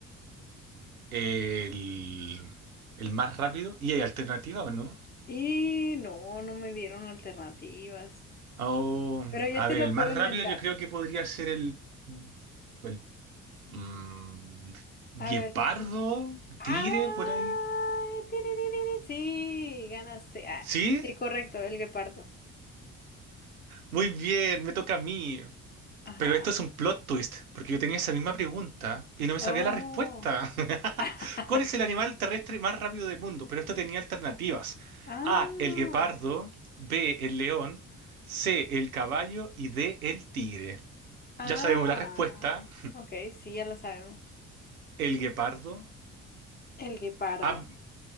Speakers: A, on the right; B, on the left.
A: El, el más rápido. ¿Y hay alternativa o no?
B: Y no, no me dieron alternativas,
A: Oh,
B: pero yo
A: a
B: te
A: ver,
B: lo
A: el más
B: puedo inventar.
A: rápido yo creo que podría ser el. El. mm, guepardo,
B: A ver, ¡Ay!
A: tigre, por ahí.
B: tiririrí, Sí, ganaste. Ah,
A: ¿Sí?
B: sí, correcto, el guepardo.
A: Muy bien, me toca a mí.
B: Ajá.
A: Pero esto es un plot twist, porque yo tenía esa misma pregunta y no me
B: Oh.
A: sabía la respuesta. <laughs>
B: <laughs>
A: ¿Cuál es el animal terrestre más rápido del mundo? Pero esto tenía alternativas.
B: Ah.
A: A, el guepardo, B, el león, C, el caballo y D, el tigre.
B: Ah.
A: Ya sabemos la respuesta,
B: Ok, sí, ya lo sabemos.
A: el guepardo.
B: El guepardo.
A: Ah,